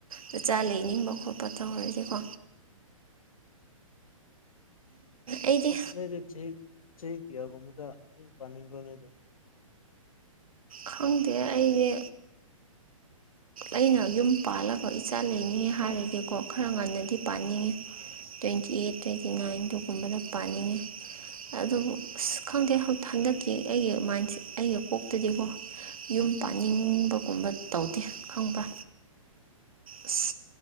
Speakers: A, on the right; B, on the left.
A: ꯅꯆꯥ ꯂꯩꯅꯤꯡꯕ ꯈꯣꯠꯄ ꯇꯧꯔꯗꯤꯀꯣ ꯑꯩꯗꯤ
B: ꯅꯣꯢꯗꯤ ꯆꯍꯤ ꯀꯌ꯭ꯥꯒꯨꯝꯕꯗꯥ ꯌꯨꯝ ꯄꯥꯅꯤꯡꯕꯔꯥ
A: ꯈꯪꯗꯦ ꯑꯩꯗꯤ ꯑꯩꯅ ꯌꯨꯝ ꯄꯥꯜꯂꯒ ꯏꯆꯥ ꯂꯩꯅꯤ ꯍꯥꯏꯔꯗꯤꯀꯣ ꯈꯔ ꯉꯟꯅꯗꯤ ꯄꯥꯅꯤꯡꯉꯤ ꯇ꯭ꯋꯦꯟꯇꯤ ꯑꯩꯠ ꯇ꯭ꯋꯦꯟꯇꯤ ꯅꯥꯏꯟ ꯑꯗꯨꯒꯨꯝꯕꯗ ꯄꯥꯅꯤꯡꯉꯦ ꯑꯗꯨꯕꯨ ꯑꯁ ꯈꯪꯗꯦ ꯍꯟꯗꯛꯀꯤ ꯑꯩꯒꯤ ꯃꯥꯏꯟꯁ ꯑꯩꯒꯤ ꯀꯣꯛꯇꯗꯤꯀꯣ ꯌꯨꯝ ꯄꯥꯅꯤꯡꯕꯒꯨꯝꯕ ꯇꯧꯗꯦ ꯈꯪꯕ꯭ꯔ ꯑꯁ